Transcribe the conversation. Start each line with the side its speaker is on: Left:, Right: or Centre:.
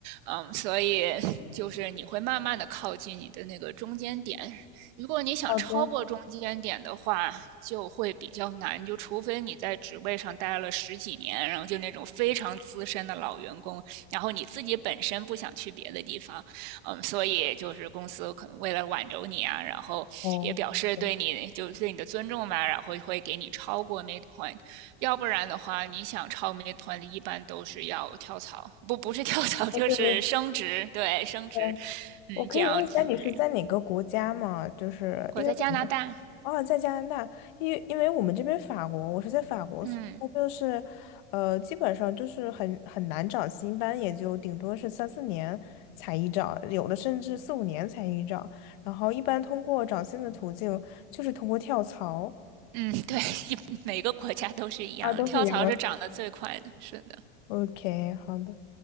Right: 嗯，所以就是你会慢慢的靠近你的那个中间点，如果你想超过中间点的话，
Left: 好的，
Right: 就会比较难，就除非你在职位上待了十几年，然后就那种非常资深的老员工，然后你自己本身不想去别的地方，嗯，所以就是公司可能为了挽留你啊，然后也表示对你就对你的尊重吧，
Left: 哦，对，
Right: 然后会给你超过 midpoint，要不然的话，你想超 midpoint 一般都是要跳槽，不不是跳槽就是升职，
Left: 哦，对对
Right: 对，升职，
Left: 对，
Right: 嗯，
Left: 我可以问一下你是在哪个国家吗？
Right: 这样对。
Left: 就是因为。
Right: 我在加拿大。
Left: 啊，在加拿大，因为因为我们这边法国，我是在法国，
Right: 嗯
Left: 所以就是，呃，基本上就是很很难找新班，也就顶多是三四年才一找，有的甚至四五年才一找，然后一般通过找新的途径就是通过跳槽
Right: 嗯，对，<laughs> 一每个国家都是一样的，
Left: 啊，都是一样的。
Right: 跳槽是涨得最快的，是的。
Left: OK，好的。